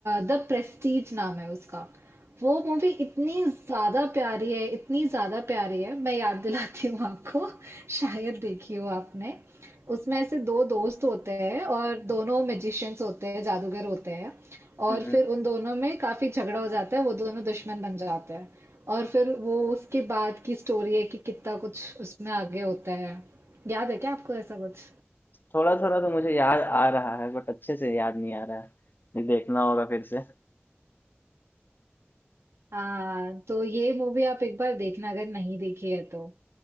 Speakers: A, on the right (about 80°); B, on the left (about 50°).
A: द प्रेस्टीज नाम है उसका वो मूवी इतनी ज़्यादा प्यारी है, इतनी ज़्यादा प्यारी है, मैं याद दिलाती हूँ आपको, शायद देखी हो आपने। उसमें ऐसे 2 दोस्त होते हैं और दोनों मैजिशियन्स होते हैं, जादूगर होते हैं और
B: हम्म
A: फिर उन दोनों में काफ़ी झगड़ा हो जाता है, वो दोनों दुश्मन बन जाते हैं। और फिर वो उसके बाद की स्टोरी है कि कितना कुछ उसमें आगे होता है। याद है क्या आपको ऐसा कुछ?
B: थोड़ा थोड़ा तो मुझे याद आ रहा है बट अच्छे से याद नहीं आ रहा है ये देखना होगा फिर से
A: हाँ, तो ये मूवी आप एक बार देखना अगर नहीं देखी है तो।